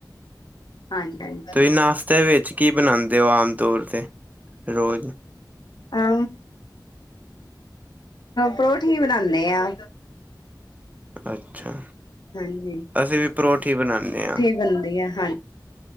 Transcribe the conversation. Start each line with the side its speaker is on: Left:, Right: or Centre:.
Left: ਹਾਂਜੀ।
Right: ਤੁਸੀਂ ਨਾਸ਼ਤੇ ਵਿੱਚ ਕੀ ਬਣਾਉਂਦੇ ਹੋ ਆਮ ਤੌਰ 'ਤੇ ਰੋਜ਼?
Left: ਹਾ ਪਰੌਠੀ ਬਣਾਨੇ ਆ।
Right: ਅੱਛਾ,
Left: ਹਾਂਜੀ
Right: ਅਸੀਂ ਵੀ ਪਰੌਠੀ ਬਣਾਨੇ ਹਾਂ।
Left: ਬਣਦੇ ਆ ਹਾਂਜੀ।